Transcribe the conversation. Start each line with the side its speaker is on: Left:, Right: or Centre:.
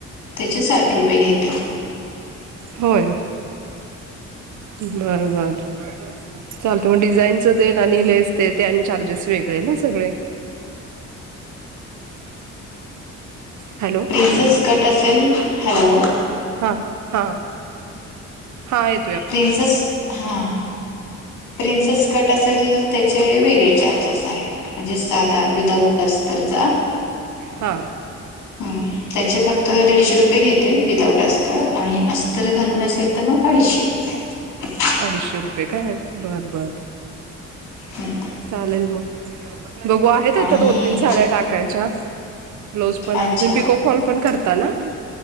Left: त्याचे साठ. रुपये घेते
Right: होय बरोबर. चालतं म डिझाईनचं ते आणि लेस ते ते आणि चार्जेस वेगळे ना सगळे. हॅलो.
Left: प्रिन्सेस कट असेल हॅलो.
Right: हा हा हा हा ये
Left: प्रिंसेस हां. प्रिन्सेस कट असेल त्याचे वेगळे चार्जेस आहेत. म्हणजे सादा विदाउट अस्तरचा.
Right: हा.
Left: हम्म त्याचे फक्त दीडशे रुपये घेते विदाउट अस्तर आणि अस्तर घालून असेल तर मग अडीचशे रु. <unintelligible>
Right: अडीचशे रुपये काय बरं बरं.
Left: हम्म.
Right: चालेल मग. बघू आहेत आता
Left: आणि
Right: दोन तीन साड्या टाकायच्या, ब्लाऊज पण आहे
Left: अच्छा
Right: तुम्ही पिको फॉल पण करताना.